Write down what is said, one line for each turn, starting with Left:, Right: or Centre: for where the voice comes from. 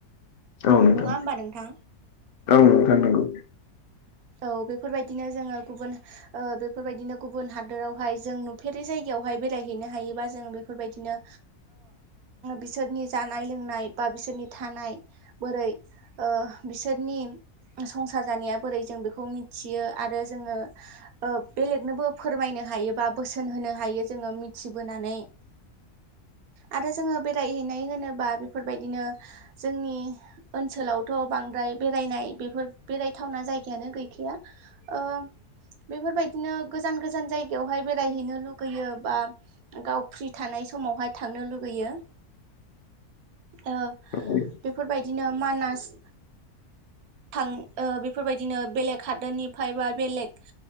Left: औ नोंथां
Right: नङा होमबा नोंथां
Left: औ नोंथां नोंगौ
Right: औ बेफोरबायदिनो जोङो गुबुन बेफोरबायदिनो गुबुन हादोरावहाय जों नुफेरै जायगायावहाय बेरायहैनो हायोबा जों बेफोरबायदिनो बिसोरनि जानाय लोंनाय बा बिसोरनि थानाय बोरै ओ बिसोरनि संसार जानाया बोरै जों बेखौ मिथियो आरो जोङो ओ बेलेगनोबो फोरमायनो हायोबा बोसोन होनो हायो यो जोङो मिथिबोनानै
Left: <inaudible>
Right: आरो जोङो बेरायहैनाय होनोबा बेफोरबायदिनो जोंनि ओनसोलावथ' बांद्राय बेरायनाय बेफोर बेरायथावना जाय- गायानो गैखाया ओ बेफोरबायदिनो गोजान गोजान जायगायावहाय बेरायहैनो लुगैयो बा गाव फ्रि थानाय समावहाय थांनो लुगैयो
Left: <inaudible>
Right: ओ
Left: औ
Right: बेफोरबायदिनो मानास थां बेफोरबायदिनो बेलेग हादोरनिफ्राय बा बेलेग